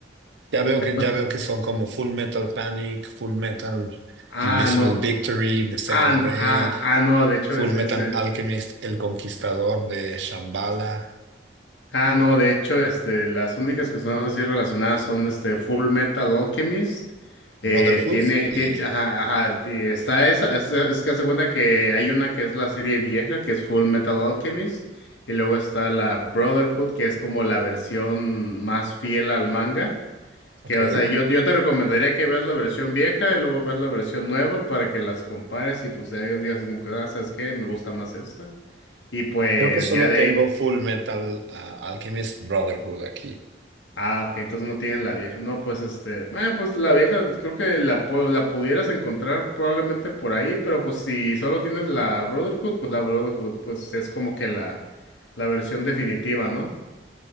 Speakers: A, on the right (about 75°); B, on the left (about 85°).
A: Ya veo
B: Te
A: que,
B: cue-
A: ya veo que son como Full Metal Panic, Full Metal
B: Ah,
A: Invisible
B: no.
A: Victory, The Second
B: Ah, n-
A: Raid.
B: ah, ah, no, de hecho
A: Fullmetal
B: es, es,
A: Alchemist, El Conquistador de Shambhala,
B: Ah, no, de hecho, este, las únicas que son así relacionadas son este Full Metal Alchemist. Eh,
A: Brotherhood
B: tiene,
A: y...
B: tie- ajá, ajá, ti- está esa, es, es que hace cuenta que hay una que es la serie vieja, que es Full Metal Alchemist, y luego está la Brotherhood, que es como la versión más fiel al manga.
A: Ok.
B: Que, o sea, yo, yo te recomendaría que veas la versión vieja y luego veas la versión nueva para que las compares y pues ya digas como que, ah, ¿sabes qué? Me gusta más esta. Y pues
A: Creo que solo
B: ya de
A: tengo
B: ahí.
A: Fullmetal ah, Alchemist Brotherhood aquí.
B: Ah, ok, entonces no tienen la vieja. No, pues este, eh, pues la vieja creo que la, pu- la pudieras encontrar probablemente por ahí, pero pues si solo tienes la Brotherhood, pues la Brotherhood pues es como que la, la versión definitiva, ¿no?